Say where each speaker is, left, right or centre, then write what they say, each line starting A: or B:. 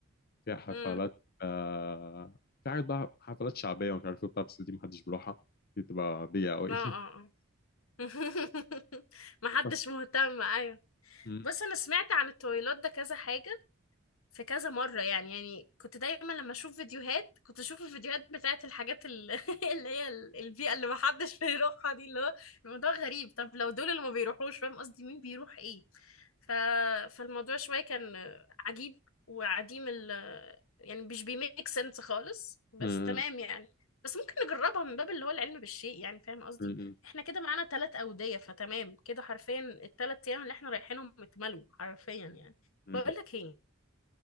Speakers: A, on the left (about 45°); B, on the left (about 80°).
A: فيها حفلات
B: مم.
A: آه في حاجات بقى حفلات شعبية ومش عارف ايه وبتاع بس دي محدش بيروحها دي بتبقى بيئة أوي
B: اه اه
A: <laughs>
B: اه <laughs> محدش
A: بس
B: مهتم ايوه
A: م-
B: بص انا سمعت عن الطويلات ده كذا حاجه في كذا مره يعني يعني كنت دايما لما اشوف فيديوهات كنت اشوف الفيديوهات بتاعت الحاجات ال- <laughs> اللي هي ال- البيئه اللي محدش بيروحها دي اللي هو الموضوع غريب طب لو دول اللي ما بيروحوش فاهم قصدي مين بيروح ايه ف... فالموضوع شوية كان عجيب وعديم ال يعني مش بيميك سنس خالص بس
A: م-
B: تمام يعني بس ممكن نجربها من باب اللي هو العلم بالشيء يعني فاهم قصدي
A: م-
B: احنا كده معانا ثلاث أودية فتمام كده حرفيا الثلاث أيام اللي احنا رايحينهم اتملوا حرفيا يعني
A: م-
B: بقول لك ايه